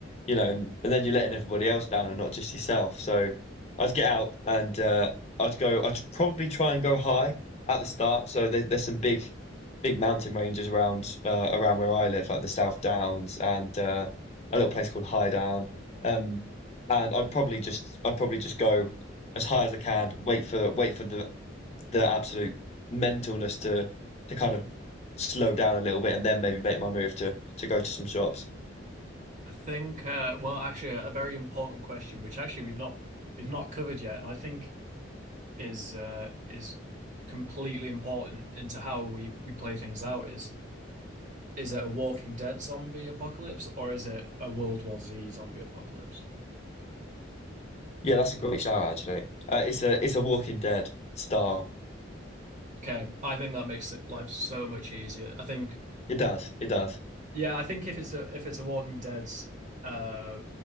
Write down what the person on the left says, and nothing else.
you know and, and then you're letting everybody else down and not just yourself. So I'd get out and uh, I'd go I'd probably try and go high at the start. So there, there's some big big mountain ranges around uh, around where I live, like the South Downs and uh, a little place called High Down. Um, and I'd probably just I'd probably just go as high as I can, wait for wait for the the absolute mentalness to to kind of slow down a little bit and then maybe make my move to to go to some shops.
Yeah, that's a great shout actually. Uh, it's a it's a Walking Dead style.
It does. It does.